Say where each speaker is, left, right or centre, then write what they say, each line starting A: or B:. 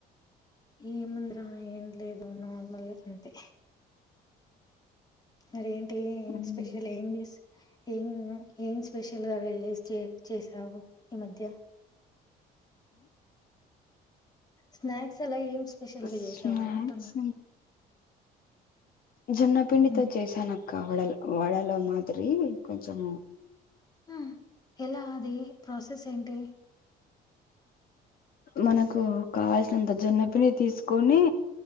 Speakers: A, on the left; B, on the left.
A: ఏమంద్రా ఏం లేదు నార్మల్ అంతే అరేం
B: ఉమ్
A: స్పెషల్ ఏం చేస్ ఏం ఏం స్పెషల్ గా చేసావు ఈ మధ్య స్నాక్స్ అలా ఏం స్పెషల్గా
B: స్నాక్స్
A: చేసావు అంటున్నా
B: జొన్నపిిండితో
A: మ్మ్
B: చేశాను కావడ వాడలో మాది కొంచం
A: ఆ ఎలా అది ప్రాసెస్ ఏంటి
B: మనకు కావాల్సినంత జొన్నపిని తీసుకొని